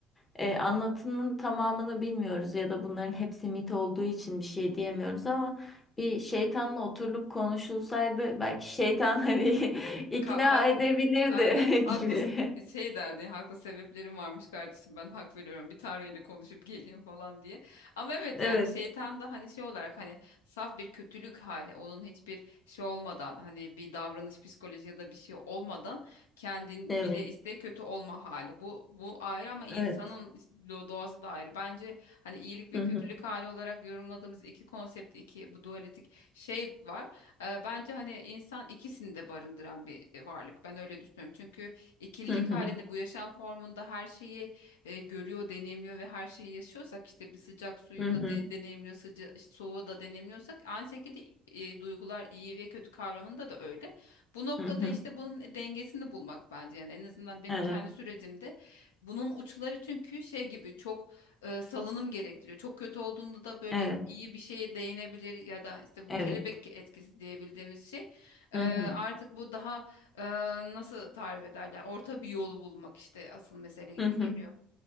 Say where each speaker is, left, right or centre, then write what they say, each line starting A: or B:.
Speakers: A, on the left (about 30°); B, on the left (about 85°).
A: e, anlatının tamamını bilmiyoruz ya da bunların hepsi mit olduğu için bir şey diyemiyoruz ama bir şeytanla oturulup konuşulsaydı belki şeytan hani <laughs> ikna
B: Ka haklı.
A: edebilirdi
B: Aynen. Haklı
A: <laughs> gibi.
B: s- şey derdi ya, haklı sebeplerim varmış kardeşim ben hak veriyorum bir tanrıyla konuşup geleyim falan diye. Ama evet
A: Evet,
B: yani şeytan da hani şey olarak hani saf bir kötülük hali onun hiçbir şey olmadan hani bir davranış psikoloji ya da bir şey olmadan kendin
A: evet,
B: bile iste kötü olma hali. Bu bu ayrı ama insanın
A: evet.
B: do- doğası da ayrı. Bence hani iyilik ve
A: Hı
B: kötülük
A: hı,
B: hali olarak yorumladığımız iki konsept iki bu dualistik şey var. Eee, bence hani insan ikisini de barındıran bir e, varlık. Ben öyle düşünüyorum. Çünkü ikililik
A: hı hı,
B: halinde bu yaşam formunda her şeyi e, görüyor, deneyimliyor ve her şeyi yaşıyorsak işte bir sıcak suyu
A: hı
B: da
A: hı,
B: de, deneyimliyor, sıca, işte, soğuğu da deneyimliyorsak aynı şekilde e, duygular iyi ve kötü kavramında da öyle. Bu noktada
A: hı hı.
B: işte bunun dengesini bulmak bence yani en azından benim
A: Evet,
B: kendi sürecimde bunun uçları çünkü şey gibi çok e, salınım gerektiriyor. Çok kötü olduğunda da böyle
A: evet,
B: iyi bir şeye değinebilir ya da işte bu
A: evet.
B: kelebek etkisi diyebildiğimiz şey. E,
A: Hı hı,
B: artık bu daha e, nasıl tarif ederler? Orta bir yolu bulmak işte asıl mesele gibi
A: hı hı.
B: geliyor.